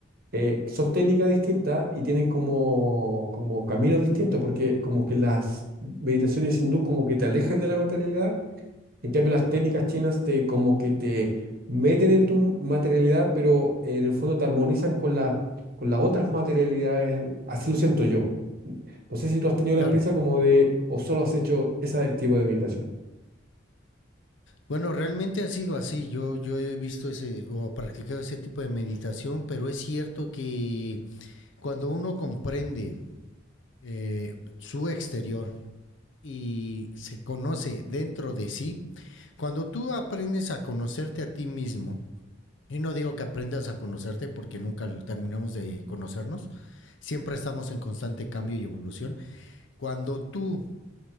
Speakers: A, on the right (about 50°); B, on the left (about 70°).
A: eh, son técnicas distintas y tienen como, como caminos distintos, porque como que las meditaciones hindús como que te alejan de la materialidad, en cambio las técnicas chinas te como que te meten en tu materialidad, pero en el fondo te armonizan con la, con las otras materialidades, así lo siento yo. No sé si tú has tenido
B: claro.
A: la experiencia como de, o solo has hecho ese tipo de meditación.
B: Bueno, realmente ha sido así. Yo, yo he visto ese o practicado ese tipo de meditación, pero es cierto que cuando uno comprende eh, su exterior y se conoce dentro de sí, cuando tú aprendes a conocerte a ti mismo, y no digo que aprendas a conocerte porque nunca lo- terminamos de conocernos, siempre estamos en constante cambio y evolución. Cuando tú